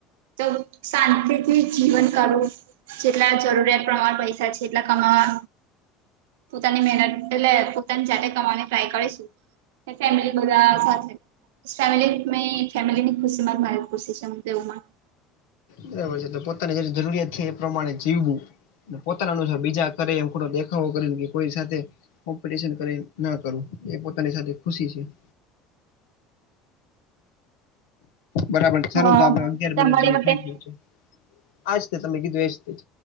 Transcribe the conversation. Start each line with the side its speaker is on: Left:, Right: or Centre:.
Right: તો શાંતિથી જ જીવન કાઢવું જેટલા જરૂરિયાત પ્રમાણ પઈસા છે. જેટલા કમાવા, પોતાની મેનત એટલે પોતાની જાતે કમાવાની ટ્રાય કરીસ. ફેમિલી બધા સાથે ફેમેલી મેં ફેમિલીની ખુશી માયી ખુશી છે, હુ તો એવું માનુ.
Left: બરાબર છે. તો પોતાની જે જરૂરિયાત છે, એ પ્રમાણે જીવું. પોતાના અનુસાર બીજા કરે, એમ પુરો દેખાવો કરીને બીજ કોઈ સાથે કોમ્પીટીસન કરીન ના કરું, એ પોતાની સાથે ખુશી છે. બરાબર ચાલું
Right: હા
Left: તો આપડે, અગિયાર
Right: તમારી
Left: મિનિટ જેવું
Right: માટે
Left: થઇ ગીયું છે. આજ ત તમે કીધું એજ ત.